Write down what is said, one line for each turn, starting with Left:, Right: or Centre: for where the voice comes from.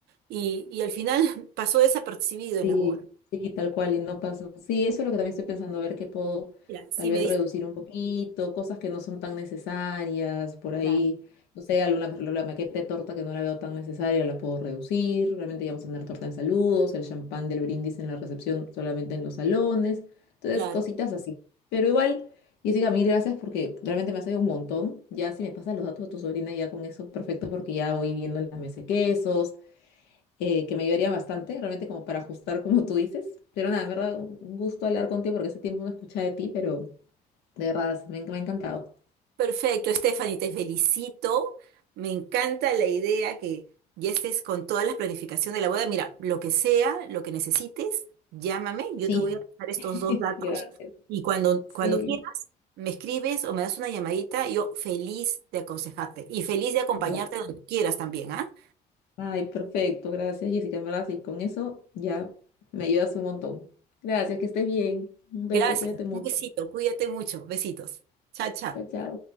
Right: y, y al final <laughs> pasó desapercibido en
Left: Sí,
Right: la boda.
Left: sí, tal cual, y no pasa. Sí, eso es lo que también estoy pensando, a ver qué puedo
Right: Mira, si
Left: tal vez
Right: me dices,
Left: reducir un poquito, cosas que no son tan necesarias, por ahí,
Right: claro,
Left: no sé, alguna la maqueta de torta que no la veo tan necesaria, la puedo reducir, realmente ya vamos a tener torta en saludos, el champán del brindis en la recepción solamente en los salones, entonces
Right: claro,
Left: cositas así. Pero igual, Jessica, mil gracias porque realmente me has ayudado un montón, ya si me pasas los datos de tu sobrina ya con eso, perfecto, porque ya voy viendo la mesa de quesos eh, que me ayudarían bastante, realmente como para ajustar como tú dices. Pero nada, en verdad, un un gusto hablar contigo porque hace tiempo no escuchaba de ti, pero de verdad, me, ha me ha encantado.
Right: Perfecto, Stephanie, te felicito. Me encanta la idea que ya estés con toda la planificación de la boda. Mira, lo que sea, lo que necesites, llámame. Yo
Left: Sí,
Right: te voy a pasar estos
Left: <laughs>
Right: dos datos
Left: gracias.
Right: y cuando,
Left: Sí.
Right: cuando quieras, me escribes o me das una llamadita. Yo feliz de aconsejarte y feliz de acompañarte
Left: Ya.
Right: donde quieras también, ¿ah?
Left: Ay, perfecto, gracias Jessica, en verdad, sí, con eso ya me ayudas un montón. Gracias, que estés bien. Un
Right: Gracias.
Left: beso, cuídate mucho.
Right: Un besito. Cuídate mucho. Besitos. Chao, chao.
Left: Chao, chao.